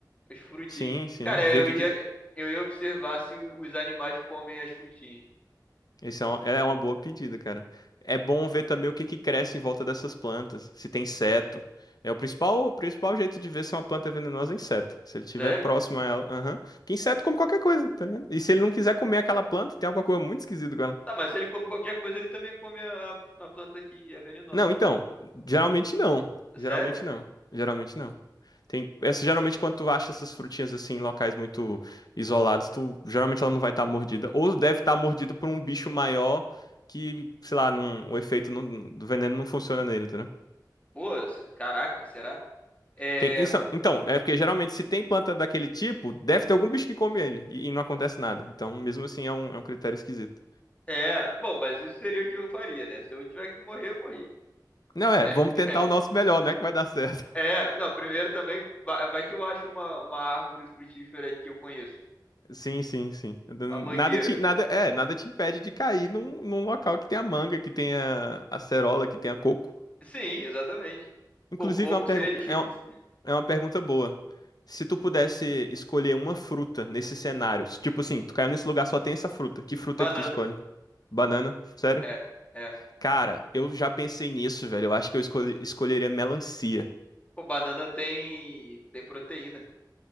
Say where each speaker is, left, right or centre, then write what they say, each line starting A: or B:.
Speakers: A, on the left; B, on the left.
A: as frutinhas.
B: Sim, sim.
A: Cara,
B: Ver
A: eu
B: o que,
A: ia
B: que...
A: eu ia observar se o- os animais comem as frutinhas.
B: Esse é uma, é uma boa pedida, cara. É bom ver também o que, que cresce em volta dessas plantas, se tem inseto. É o principal, o principal jeito de ver se uma planta é venenosa é inseto. Se ele estiver
A: Sério?
B: próximo a ela. Aham. Porque inseto come qualquer coisa, tá ligado? E se ele não quiser comer aquela planta, tem alguma coisa muito esquisita com ela.
A: Tá, mas se ele come qualquer coisa, ele também come a, a planta que é venenosa.
B: Não, então, geralmente não.
A: Sério?
B: Geralmente não. Geralmente não. Tem, essa, geralmente, quando tu acha essas frutinhas assim em locais muito isolados, tu geralmente ela não vai estar mordida. Ou deve estar mordida por um bicho maior que, sei lá, não, o efeito não- do veneno não funciona nele, entendeu?
A: Pô, se- caraca, será? É,
B: Tem, então, então, é porque geralmente se tem planta daquele tipo, deve ter algum bicho que come ele e, e não acontece nada. Então, mesmo assim, é um, é um critério esquisito.
A: é, bom, mas isso seria o que eu faria, né? Se eu tiver que morrer, eu morri.
B: Não é, vamos
A: <laughs>
B: tentar o nosso melhor, não é que vai dar certo.
A: É, não, primeiro também, vai, vai que eu acho uma, uma árvore frutífera que eu conheço.
B: Sim, sim, sim.
A: Uma mangueira.
B: Nada te, nada, é, nada te impede de cair num, num local que tenha manga, que tenha acerola, que tenha coco.
A: Sim, exatamente.
B: Inclusive,
A: Pô, coco
B: é uma pergun-
A: seria <laughs> difícil.
B: é uma, é uma pergunta boa. Se tu pudesse escolher uma fruta nesse cenário, se, tipo assim, tu caiu nesse lugar, só tem essa fruta. Que fruta
A: Banana.
B: é que tu escolhe? Banana? Sério?
A: É, é.
B: Cara, eu já pensei nisso, velho. Eu acho que eu escolhe- escolheria melancia.
A: Pô, banana tem, tem proteína.